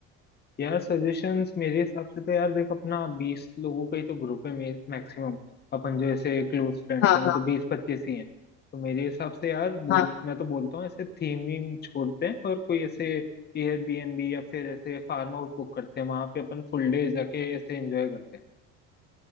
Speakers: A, on the left (about 35°); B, on the left (about 50°).
A: यार सजेशंस मेरे हिसाब से तो यार देख अपना बीस लोगों का ही तो ग्रुप है मैक्सिमम अपन जो ऐसे क्लोज फ्रेंड्स
B: हाँ
A: हैं वो
B: हाँ
A: तो बीस पच्चीस ही हैं तो मेरे हिसाब से यार बोल
B: हाँ
A: मैं तो बोलता हूँ ऐसे थीम वीम छोड़ते हैं और कोई ऐसे एयरबीएनबी या फिर ऐसे फार्म हाउस बुक करते हैं वहां पे अपन फुल डे जाके ऐसे एंजॉय करते हैं